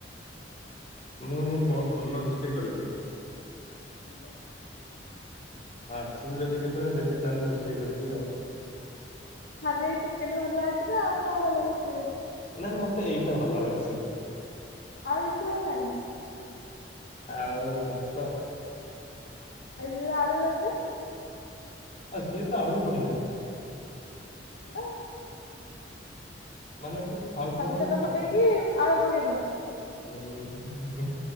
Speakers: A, on the left; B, on the left.
A: ମୁଁ ବହୁତ ଭଲ ରୋଷେଇ କରେ ଯେ।
B: ହଁ ପା।
A: ଆସୁ ଯଦି କେତେବେଳେ ଦେବି ତାହେଲେ ରୋଷେଇ କରିକି ଆଉ।
B: ଖାଲି ଚିକେନ ଭଲ ଆଉଚିନା ଆଉ କଣ ଭଲ ରୋଷେଇ ଆସି
A: ନାଇଁ ମତେ ଏଇଟା ଭଲରେ ଆସେ।
B: ଆଉ କିଛି ଭଲ ଆଏନି।
A: ଆଉ ଭାତ।
B: ଏଇ ଯୋଉ ଆଳୁ ଭଜା।
A: ଆ ସିଏ ତ ଆହୁରି ବଢିଆ ଆସେ।
B: <unintelligible>
A: ମାନେ ତୁ ଖାଉଛୁ
B: ଖାଲି
A: ମାନେ
B: ତେଲ
A: ଖାଉଥିବୁ
B: ଫୁଟେଇକି ଆଳୁ ପକେଇଦବ
A: ଉଁ।